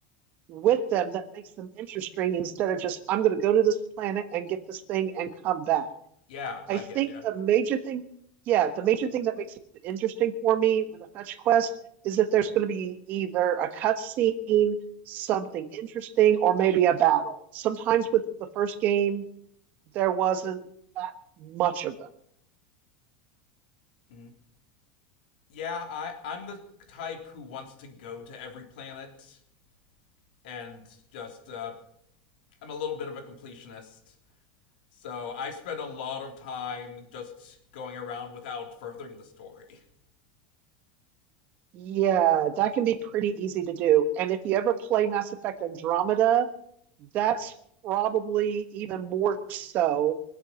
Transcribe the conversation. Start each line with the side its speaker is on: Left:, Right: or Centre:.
Right: with them that makes them interesting instead of just i'm going to go to this planet and get this thing and come back
Left: Yeah, I
Right: I think
Left: get you.
Right: the major thing, yeah, the major thing that makes it interesting for me with a fetch quest is that there's going to be either a cutscene, something interesting, or maybe a battle. Sometimes with the first game, there wasn't that much of them.
Left: hmm Yeah, I I'm the type who wants to go to every planet and just uh, I'm a little bit of a completionist. So I spend a lot of time just going around without furthering the story. <laughs>
Right: Yeah, that can be pretty easy to do. And if you ever play Mass Effect Andromeda, that's probably even more so,